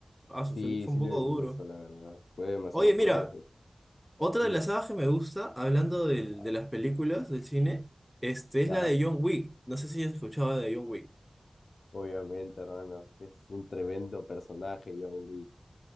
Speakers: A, in the centre; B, on the left.
A: Ah, eso
B: Sí,
A: fue, fue
B: sí
A: un
B: lo
A: poco
B: he visto,
A: duro.
B: la verdad. Fue demasiado
A: Oye,
B: fuerte.
A: mira, otra
B: Dime,
A: de las sagas que me gusta, hablando del-
B: ah,
A: de las películas, del cine, este, es
B: ¿ya?
A: la de John Wick. No sé si has escuchado de John Wick.
B: Obviamente, hermano, es un tremendo personaje, John Wick.